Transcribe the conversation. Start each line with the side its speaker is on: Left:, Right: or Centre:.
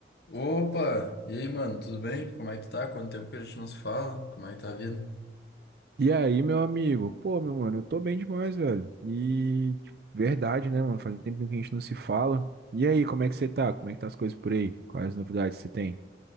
Left: Opa! E aí, mano, tudo bem? Como é que tu tá? Quanto tempo que a gente não se fala? Como é que tá a vida?
Right: E aí, meu amigo? Pô, meu mano, eu tô bem demais, velho. E tipo, verdade, né, mano? Faz um tempo que a gente não se fala. E aí, como é que você tá? Como é que tá as coisas por aí? Quais as novidades você tem?